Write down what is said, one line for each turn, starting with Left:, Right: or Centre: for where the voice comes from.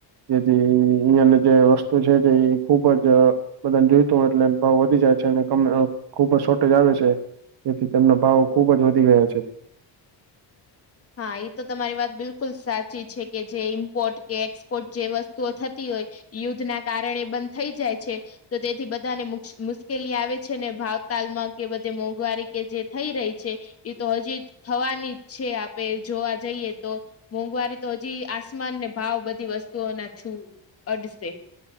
Right: જેથી અહિયાની જે વસ્તુ છે તે એ ખુબ જ બધાને જોઈત હોય એટલે ભાવ વધી જાય છે અને ખુબ જ શોર્ટેજ આવે છે. તેથી તેમનો ભાવો ખુબ જ વધી ગયો છે.
Left: હા એ તો તમારી વાત બિલકુલ સાચી છે કે જે ઇમ્પોર્ટ કે એક્સપોર્ટ જે વસ્તુઓ થતી હોય યુદ્ધ ના કારણે બંધ થઈ જાય છે. તો તેથી બધાને મુશ્કેલી આવે છે ને ભાવતાલમાં કે બધે મોંઘવારી કે જે થઈ રહી છે. એ તો હજી જ થવાની જ છે આપ જોવા જઈએ તો મોંઘવારી તો હજી આસમાન ને ભાવ બધી વસ્તુઓ ના છું. અઢસ્તે